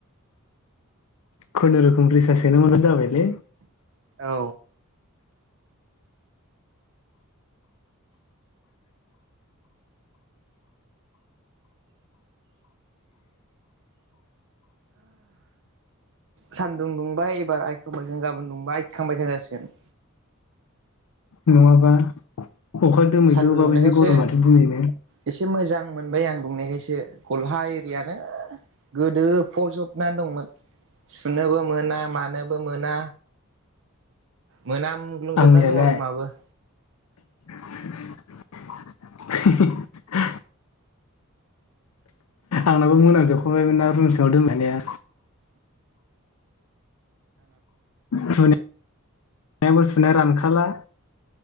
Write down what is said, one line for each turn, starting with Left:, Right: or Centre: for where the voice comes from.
Left: खुनुरुखुम रिसासोनो मोनानो जाबायलै।
Right: औ सान्दुं दुंबाय एबार आइखांबाइखां गाबोन दुंबाय आइखांबायखां जासिगोन।
Left: नङाबा अखा दोमहैलुबाबो
Right: सानदुं दुंनायखायसो
Left: जि गरमथो माथो दिनैनो ने।
Right: एसे मोजां मोनबाय आं दुंनायखासो गस्ला एरियानो गोदो फजबनानै दंमोन सुनोबो मोना मानोबो मोना। मोनाम ग्लुंजोबनानै
Left: आंनियालाय
Right: दं रुमाबो <unintelligible>
Left: <inaudible> आंनाबो मोनाम जोबखांबायमोन ना रुमसिङाव दोनहै नाया सुनाय सुनायाबो सुनाया रानखाला।